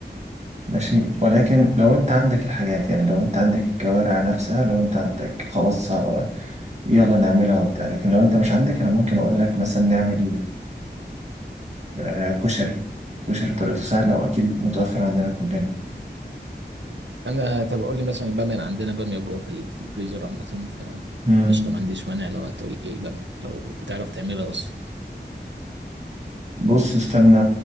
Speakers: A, on the right; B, on the right.
A: ماشي ولكن لو انت عندك الحاجات يعني لو انت عندك الكوارع نفسها لو انت عندك خلاص ه- يلا نعملها وبتاع لكن لو انت مش عندك انا ممكن اقول لك مثلا نعمل آه، كشري كشري طريقته سهلة واكيد متوفر عندنا كلنا
B: أنا طب قول لي مثلا البامية أنا عندنا بامية جوه في, ال... في الفريزر عامة ف
A: مم.
B: قشطة ما عنديش مانع لو هتقول لي البامية لو بتعرف تعملها أصلا
A: بص استنى